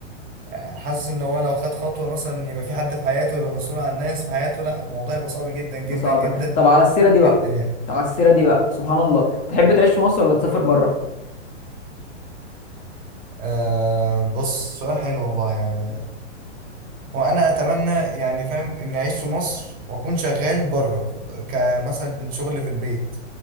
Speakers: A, on the right; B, on the left.
A: آه، حاسس ان هو لو خد خطوه مثلا يبقى في حد في حياته يبقى مسؤول عن الناس في حياته لا الموضوع يبقى صعب جدا جدا
B: بس عارف.
A: جدا
B: طب على السيرة دي
A: جدا
B: بقى
A: يعني
B: طب على السيرة دي بقى سبحان الله تحب تعيش في مصر ولا تسافر بره
A: آه بص سؤال حلو والله يعني وانا اتمنى يعني فاهم اني اعيش في مصر واكون شغال بره كمثلا شغل في البيت